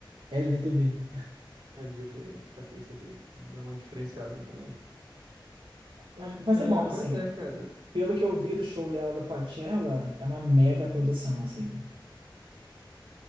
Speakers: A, on the right (about 80°); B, on the right (about 60°).
A: LGTV.
B: LGTV, saquei, saquei. Dá uma diferenciada também.
A: Mas vai
B: Ah,
A: ser bom, assim.
B: pois é, cara.
A: Pelo que eu vi do show dela do Coachella, é uma mega produção, assim.